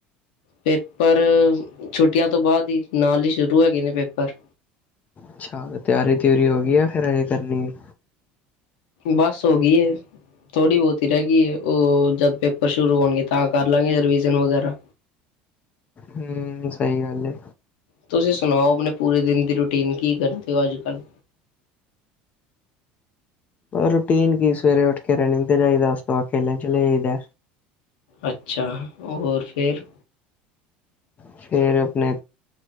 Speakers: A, on the left; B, on the left.
A: ਪੇਪਰ! ਛੁੱਟੀਆਂ ਤੋਂ ਬਾਅਦ ਹੀ ਨਾਲ ਹੀ ਸ਼ੁਰੂ ਹੈਗੇਏ ਨੇ ਪੇਪਰ।
B: ਅੱਛਾ! ਤਿਆਰੀ- ਤਿਓਰੀ ਹੋ ਗਈ ਆ ਫਿਰ ਅਜੇ ਕਰਨੀ ਹੈ।
A: ਬਸ ਹੋ ਗਈ ਏ। ਥੋੜੀ ਬਹੁਤੀ ਰਹਿ ਗਈ ਹੈ, ਉਹ ਜਦ ਪੇਪਰ ਸ਼ੁਰੂ ਹੋਣਗੇ ਤਾਂ ਕਰ ਲਾਂਗੇ ਰਿਵਿਜ਼ਨ ਵਗੈਰਾ।
B: ਹੂੰ, ਸਹੀ ਗੱਲ ਐ।
A: ਤੁਸੀਂ ਸੁਣਾਓ? ਆਪਣੇ ਪੂਰੇ ਦਿਨ ਦੀ ਰੂਟੀਨ ਕੀ ਕਰਦੇ ਹੋ ਅੱਜ-ਕੱਲ੍ਹ?
B: ਰੂਟੀਨ ਕੀ ਸਵੇਰੇ ਉੱਠ ਕੇ ਰਨਿੰਗ ਤੇ ਜਾਈਦਾ ਉਸ ਤੋਂ ਬਾਅਦ ਲੰਚ ਲਿਆ।
A: ਅੱਛਾ, ਹੋਰ ਫਿਰ?
B: ਫਿਰ ਆਪਣੇ